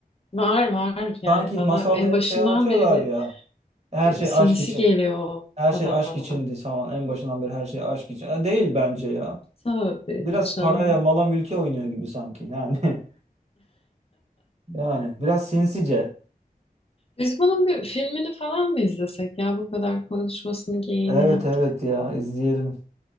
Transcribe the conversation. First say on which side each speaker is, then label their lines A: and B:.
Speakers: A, on the left; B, on the right.
A: Var var yani
B: Sanki
A: bana
B: masalda
A: en
B: hep
A: başından
B: şey anlatıyorlar
A: beri bir
B: ya. Her
A: e,
B: şey
A: sinsi
B: aşk için.
A: geliyor o
B: Her
A: adam
B: şey aşk
A: bana.
B: içindi falan. En başından beri her şey aşk için. Ha, Değil bence ya.
A: Tabii
B: Biraz
A: canım.
B: paraya, mala, mülke oynuyor gibi sanki. Yani <laughs> yani biraz sinsice.
A: Biz bunun bir filmini falan mı izlesek ya bu kadar konuşmasını geyiğini
B: Evet
A: yaptık.
B: evet ya izleyelim.